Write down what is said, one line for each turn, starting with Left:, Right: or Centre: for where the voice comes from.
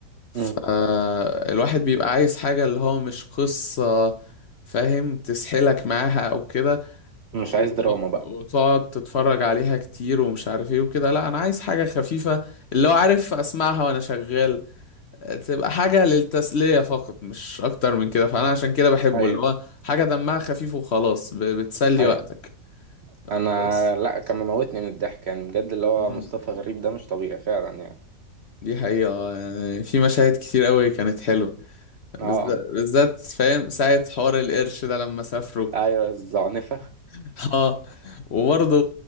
Left: فالواحد
Right: مم.
Left: بيبقى عايز حاجه اللي هو مش قصه فاهم تسحلك معاها او كده
Right: مش
Left: وت-
Right: عايز دراما بقى
Left: وتقعد تتفرج عليها كتير ومش عارف ايه وكده لا انا عايز حاجة خفيفة اللي هو عارف اسمعها وانا شغال تبقى حاجة للتسلية فقط مش اكتر من كده فانا عشان كده بحبه
Right: ايوه
Left: اللي هو حاجة دمها خفيف وخلاص ب- بتسلي
Right: ايوه
Left: وقتك
Right: انا
Left: بس
Right: لا كان مموتني من الضحك يعني بجد اللي هو
Left: مم.
Right: مصطفى غريب ده مش طبيعي فعلا يعني
Left: دي حقيقة يعني في مشاهد كتير قوي كانت حلوة
Right: اه
Left: بالذات بالذات فاهم ساعة حوار القرش ده لما سافروا
Right: ايوه الزعنفه
Left: <laughs> اه وبرضه